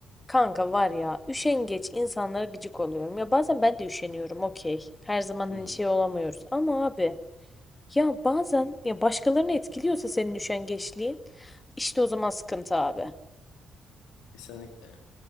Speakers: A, on the left; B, on the left.
A: Kanka var ya üşengeç insanlara gıcık oluyorum. Ya bazen ben de üşeniyorum okey. Her zaman hani
B: Hı hı.
A: şey olamıyoruz. Ama abi ya bazen ya başkalarını etkiliyorsa senin üşengeçliğin işte o zaman sıkıntı abi.
B: Kesinlikle.